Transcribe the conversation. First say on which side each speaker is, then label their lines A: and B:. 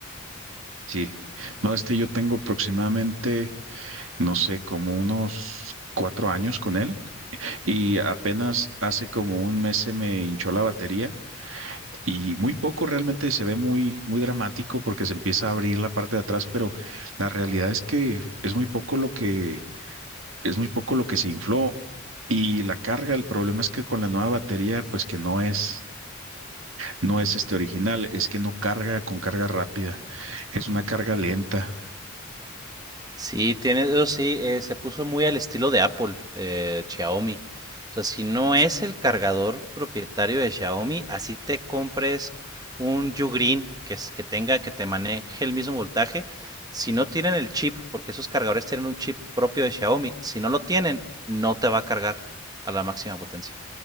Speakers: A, on the right; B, on the right.
A: Sí, no, este yo tengo aproximadamente, no sé, como unos cuatro años con él y apenas hace como un mes se me hinchó la batería y muy poco realmente se ve muy, muy dramático porque se empieza a abrir la parte de atrás, pero la realidad es que es muy poco lo que es muy poco lo que se infló y la carga, el problema es que con la nueva batería, pues que no es, no es este original, es que no carga con carga rápida, es una carga lenta.
B: Sí, tiene, eso sí, eh, se puso muy al estilo de Apple, eh, Xiaomi. O sea, si no es el cargador propietario de Xiaomi, así te compres un Ugreen que, es- que tenga, que te maneje el mismo voltaje. Si no tienen el chip, porque esos cargadores tienen un chip propio de Xiaomi, si no lo tienen, no te va a cargar a la máxima potencia.